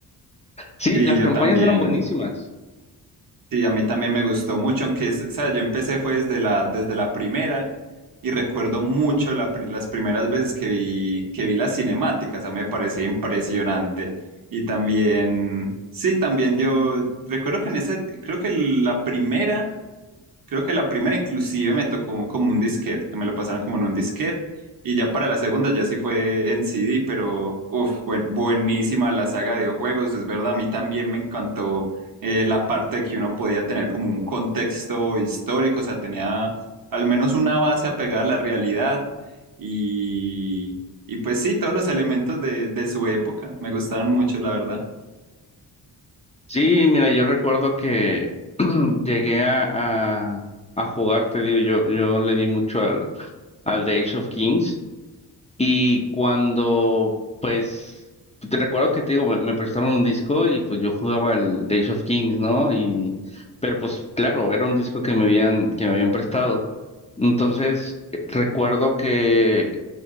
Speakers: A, on the left; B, on the right.
A: Sí,
B: Sí,
A: las
B: yo
A: campañas
B: también.
A: eran buenísimas.
B: Sí, a mí también me gustó mucho, aunque, es- o sea, yo empecé fue desde la, desde la primera y recuerdo mucho la pri- las primeras veces que vi, que vi las cinemáticas, a mí me parecía impresionante. Y también, sí, también yo recuerdo que en esa, creo que la primera... Creo que la primera inclusive me tocó como un disquete, que me lo pasaron como en un disquete. Y ya para la segunda ya sí fue en CD, pero uff, buenísima la saga de videojuegos, es verdad, a mí también me encantó eh, la parte de que uno podía tener como un contexto histórico, o sea, tenía al menos una base apegada a la realidad y, y pues sí, todos los elementos de, de su época me gustaban mucho, la verdad.
A: Sí, mira, yo recuerdo que <clears throat> llegué a, a- a jugar, te digo, yo, yo le di mucho al, al de Age of Kings. Y cuando, pues, te recuerdo que te digo, me, me prestaron un disco y pues yo jugaba el de Age of Kings, ¿no? Y, pero pues claro, era un disco que me habían, que me habían prestado. Entonces, eh, recuerdo que